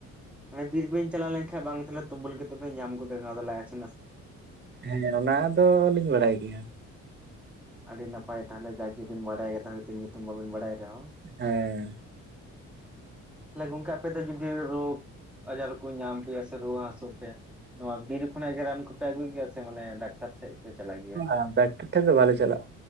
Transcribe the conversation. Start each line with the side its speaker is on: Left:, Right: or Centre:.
Centre: <inaudible> ᱛᱤᱨᱮ ᱵᱤᱱ ᱪᱟᱞᱟᱣ ᱞᱮᱱ ᱠᱷᱟᱡ ᱵᱟᱝ ᱛᱟᱦᱚᱞᱮ ᱛᱩᱢᱟᱹᱞ ᱠᱟᱛᱮ ᱵᱤᱱ ᱧᱟᱢ ᱜᱚᱫᱟ ᱱᱚᱣᱟ ᱫᱚ ᱞᱟᱡᱪᱽ ᱦᱟᱥᱩ
Right: ᱦᱮᱸ ᱦᱮᱸ ᱚᱱᱟ ᱫᱚ ᱞᱤᱧ ᱵᱟᱲᱟᱭ ᱜᱮᱭᱟ
Centre: ᱟᱹᱰᱤ ᱱᱟᱯᱟᱭ ᱛᱟᱦᱚᱞᱮ ᱡᱟᱜᱮᱵᱤᱱ ᱵᱟᱲᱟᱭ ᱠᱟᱫᱟ ᱦᱚᱭᱛᱚ ᱧᱩᱛᱩᱢ ᱵᱟᱵᱤᱱ ᱵᱟᱲᱟᱭ ᱨᱮᱦᱚᱸ
Right: ᱦᱮᱸ
Centre: ᱛᱟᱦᱚᱞᱮ ᱜᱚᱝᱠᱮ ᱟᱯᱮ ᱫᱚ ᱡᱩᱫᱤ ᱨᱳᱜᱽ ᱟᱡᱟᱨ ᱠᱚ ᱧᱟᱢ ᱯᱮᱭᱟ ᱥᱮ ᱨᱩᱣᱟᱹ ᱦᱟᱹᱥᱩ ᱱᱚᱣᱟ ᱵᱤᱨ ᱠᱷᱚᱱᱟᱜ ᱜᱮ ᱨᱟᱱ ᱠᱚᱯᱮ ᱟᱹᱜᱩᱭ ᱜᱮᱭᱟ ᱥᱮ ᱢᱟᱱᱮ ᱰᱟᱠᱛᱟᱨ ᱴᱷᱮᱡ ᱯᱮ ᱪᱟᱞᱟᱜ ᱜᱮᱭᱟ
Right: <unintelligible> ᱴᱷᱮᱱ ᱫᱚ ᱵᱟᱞᱮ ᱪᱟᱞᱟᱜᱼᱟ